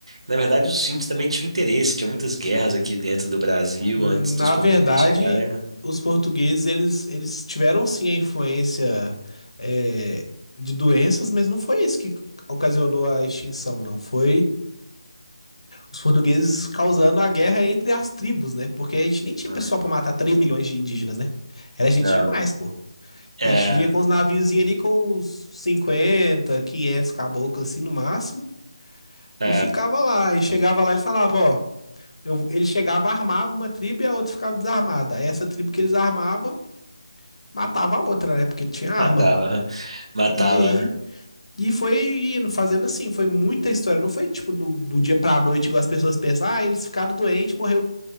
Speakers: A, on the right (about 70°); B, on the left (about 80°).
A: Na verdade, os índios também tinham interesse, tinha muitas guerras aqui dentro do Brasil
B: Hum,
A: antes dos
B: Na
A: portugueses
B: verdade,
A: chegarem.
B: os portugueses, eles, eles tiveram sim a influência é, de doenças, mas não foi isso que ocasionou a extinção, não. Foi os portugueses causando a guerra entre as tribos, né? Porque a gente nem tinha
A: Ah,
B: pessoal pra matar 3 milhões de indígenas, né? Era gente
A: Não.
B: demais, pô.
A: É,
B: E a gente vinha com os naviozinhos ali com uns 50, 500 caboclos assim no máximo.
A: é,
B: E ficava lá, e chegava lá, ele falava, ó, eu- ele chegava, armava uma tribo e a outra ficava desarmada. Aí essa tribo que eles armavam, matava a outra, né? Porque tinha arma.
A: matava, matava.
B: E aí, e foi indo, fazendo assim, foi muita história. Não foi tipo do, do dia pra noite, igual as pessoas pensam, ah, eles ficaram doentes, morreu